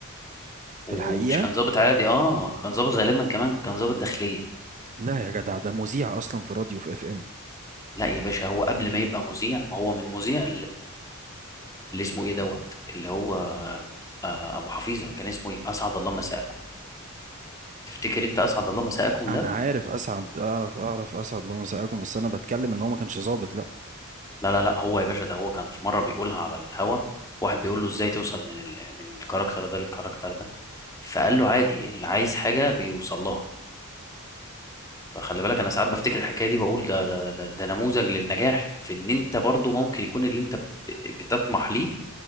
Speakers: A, on the left; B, on the right.
A: ومش
B: في الحقيقة
A: كان ضابط عادي اه كان ضابط غالبا كمان كان ضابط داخليه
B: لا يا جدع ده مذيع اصلا في راديو في اف ام
A: لا يا باشا هو قبل ما يبقى مذيع ما هو من مذيع اللي اسمه ايه دوت اللي هو آه، ابو حفيظه كان اسمه ايه اسعد الله مساءكم تفتكر انت اسعد الله مساءكم
B: انا
A: ده
B: عارف اسعد اعرف اعرف اسعد الله مساءكم بس انا بتكلم ان هو ما كانش ظابط لا
A: لا لا لا هو يا باشا ده هو كان في مره بيقولها على الهوا واحد بيقول له ازاي توصل من ال... من الكاركتر ده للكاركتر ده فقال له عادي اللي عايز حاجه بيوصل لها فخلي بالك انا ساعات بفتكر الحكايه دي واقول ده ده ده, ده نموذج للنجاح في ان انت برضو ممكن يكون اللي انت ب... بتطمح ليه